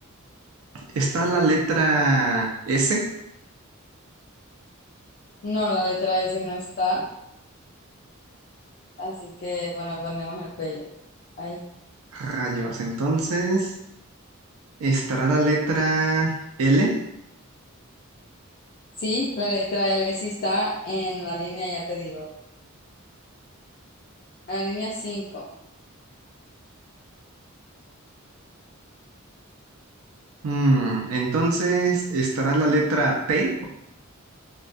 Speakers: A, on the right; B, on the left.
A: Está la letra S,
B: No, la letra S no está, así que bueno, ponemos el cuello. Ahí.
A: rayos. Entonces, estará la letra L.
B: Sí, la letra L sí está en la línea, ya te digo. En la línea 5.
A: Mm, entonces, estará la letra T,